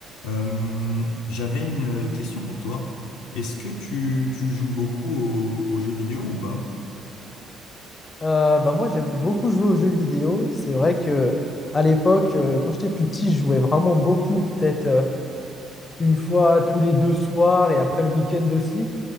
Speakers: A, on the left; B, on the left.
A: Euh, j'avais une question pour toi. Est-ce que tu, tu joues beaucoup aux, aux jeux vidéo ou pas?
B: Euh, bah moi j'aime beaucoup jouer aux jeux vidéo. C'est vrai que à l'époque, euh, quand j'étais plus petit, je jouais vraiment beaucoup, peut-être euh, une fois tous les deux soirs et après le week-end aussi.